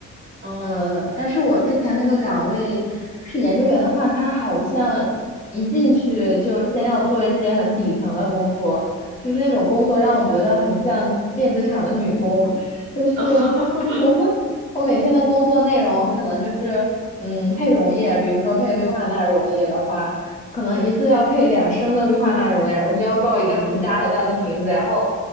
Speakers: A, on the right (about 40°); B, on the left (about 25°).
A: 哦，
B: 呃，但是我之前那个岗位是研究员的话，他好像一进去就先要做一些很底层的工作，就是那种工作让我觉得很像电子厂的女工，就是
A: <laughs>
B: <laughs> 我每天的工作内容可能就是嗯配溶液，比如说配氯化钠溶液的话，可能一次要配两升的氯化钠溶液，
A: 嗯。
B: 我就要抱一个很大很大的瓶子，
A: 我
B: 然后。